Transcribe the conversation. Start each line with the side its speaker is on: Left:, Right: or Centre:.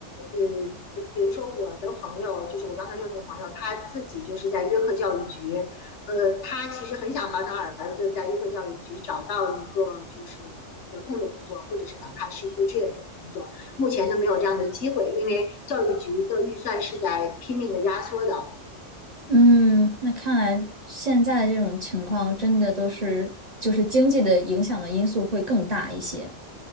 Left: 呃，比如说我的朋友，就是我刚才说那个朋友，他自己就是在约克教育局，呃，他其实很想帮他儿子在约克教育局找到一个就是呃合同的工作，或者是哪怕是一个志愿者的工作，目前都没有这样的机会，因为教育局的预算是在拼命的压缩的。
Right: 嗯，那看来现在这种情况真的都是，就是经济的影响的因素会更大一些。